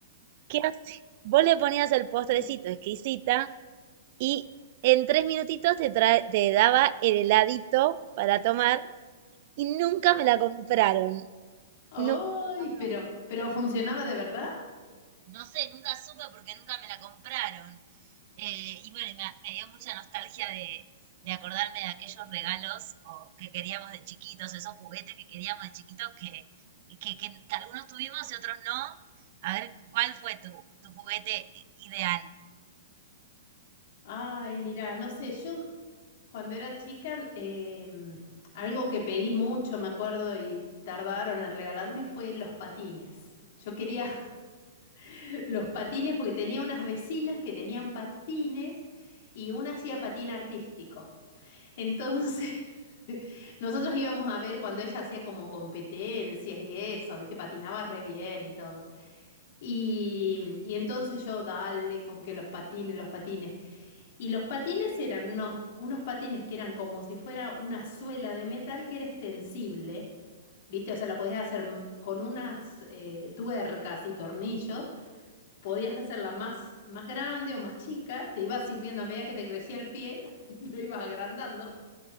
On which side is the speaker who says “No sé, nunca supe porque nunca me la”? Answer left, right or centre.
Right